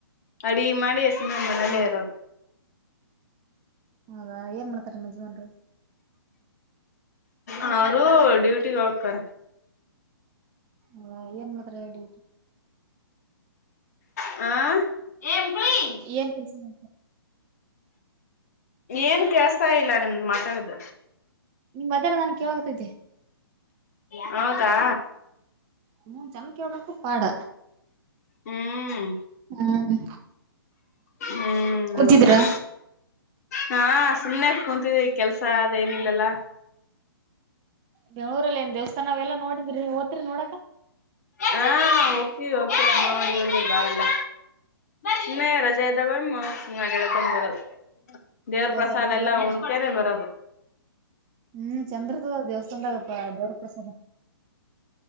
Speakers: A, on the left; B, on the right.
A: ಅಡುಗಿ ಮಾಡಿ ಸುಮ್ನೆ ಮನಲೆೇ
B: ಹ
A: ಇರೋದು.
B: ಹೌದಾ ಏನ್ ಮಾಡ್ತಾರ ನಿಮ್ಮ ಯಜಮನ್ರು.
A: ಅವರು ಡ್ಯೂಟಿಗೆ ಹೋಗ್ತಾರ.
B: ಹ ಏನ್ ಮಾಡತರ ಹೇಳ್ರಿ.
A: ಹ ಳ. <unintelligible>
B: ಏನ್ ಕೆಲ್ಸ ಮಾಡ್ತಾರ
A: ಏನ್ ಕೇಳಿಸ್ತಾ ಇಲ್ಲ ನಿಮ್ದು ಮಾತಾಡದ.
B: ನಿಮ್ ಮಾತಾಡೋದ್ ನನ್ಗ್ ಕೇಳಾಕತೈತಿ
A: ಹೌದಾ.
B: ಹ್ಮ ಚೆಂದ ಕೇಳಬೇಕ್ಕು ಪಾಡ
A: ಹ್ಮ್
B: ಹ್ಮ್.
A: ಹ್ಮ್
B: ಕುಂತಿದ್ರ
A: ಹೌದ ಹೌದು. ಹಾ ಸುಮ್ಮನೆ ಕುಂತಿದೀವಿ ಕೆಲಸ ಅದ ಏನಿಲ್ಲಲ್ಲ.
B: ಬೆಂಳೂರಲ್ಲಿ ಏನ್ ದೇವಸ್ಥಾನ ಅವೆಲ್ಲ ನೋಡಿದ್ರಿ ಓತ್ರಿ ನೋಡಾಕ.
A: ಹಾ ಹೊಕ್ತವಿ ಹೊಕ್ತವಿ ನೋಡಿ ಬಂದಿವಿ ಬಾಳೆಲ್ಲ. ಸುಮ್ಮನೆ ರಜೆ ಇದ್ದಾಗ ಸುಮ್ಮನೆ ನೊಡಕೊಂಡು ಬರೋದು. ದೇವರ
B: ರಜಾ
A: ಪ್ರಸಾದ್
B: ಇದ್ದಾಗ
A: ಎಲ್ಲಾ
B: ಒಮ್ಮೆ
A: ಉಂಡಿ <unintelligible> ಬರೋದು.
B: ಹ್ಮ್ ಚಂದರತ್ತದ ದೇವಸ್ಥಾನದಾಗ ಪ್ರಸಾದ.